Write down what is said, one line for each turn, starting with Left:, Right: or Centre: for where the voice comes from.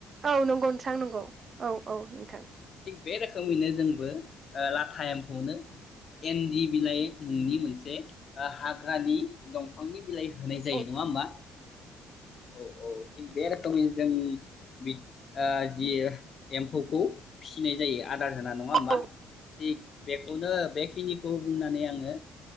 Right: औ नंगौ नोंथां नंगौ औ औ नोंथां।
Left: थिग बे रोखोमैनो जोंबो ओ लाथा एमफौनो एन्दि बिलाइ मुंनि मोनसे ओ हाग्रानि दंफांनि बिलाइ होनाय जायो
Right: औ
Left: नङा होमबा औ औ। थिग बे रोखोमनि जों ओ जि एम्फौखौ फिसिनाय जायो। आदार होना नङा होमबा
Right: औ
Left: थिग बेखौनो बेखिनिखौ बुंनानै आङो